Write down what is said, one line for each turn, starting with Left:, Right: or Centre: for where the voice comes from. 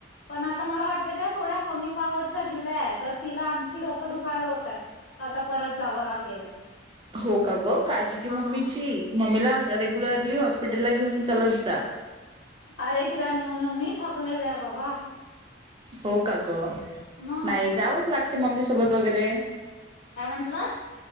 Left: पण आता मला वाटतं, त्या थोड्या कमी पावरच्या दिल्या आहेत तर तिला आणखी डोकं दुखायला होत आता परत जावं लागेल.
Right: हो का ग काळजी की मम्मीची,
Left: हा.
Right: मम्मीला रेग्युलरली हॉस्पिटल ला घेऊन चलत जा
Left: अरे तिला नेऊन नेऊन मी थकलेलं आहे बाबा
Right: हो, का ग?
Left: मग
Right: नाही जावंच लागते मम्मी सोबत वगैरे
Left: काय म्हंटलस?